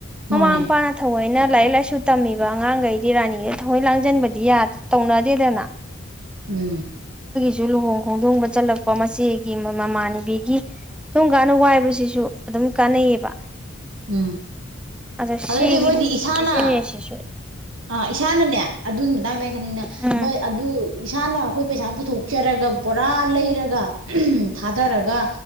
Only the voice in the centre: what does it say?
ꯃꯃꯥ
ꯃꯄꯥꯅ ꯊꯑꯣꯣꯏꯅ ꯂꯥꯏꯔꯤꯛ ꯂꯥꯏꯁꯨ ꯇꯝꯃꯤꯕ ꯑꯉꯥꯡꯈꯩꯗꯤ ꯔꯥꯅꯤꯒꯩ ꯊꯃꯣꯏ ꯂꯥꯡꯁꯤꯟꯕꯗꯤ ꯇꯧꯅꯗꯦꯗꯅ
ꯁꯨ ꯂꯨꯍꯣꯡ ꯈꯣꯡꯗꯣꯡꯕ ꯆꯠꯂꯛꯄ ꯃꯆꯦ ꯒꯤ ꯃꯃꯥꯟꯅꯕꯤꯒꯤ ꯇꯣꯡ ꯀꯥꯟꯅ ꯋꯥꯏꯕꯁꯤꯁꯨ ꯑꯗꯨꯝ ꯀꯥꯟꯅꯩꯌꯦꯕ
ꯑꯗꯣ ꯁꯤꯒꯤ
ꯕꯤꯖꯤꯅꯦꯁꯁꯤꯁꯨ
ꯎꯝ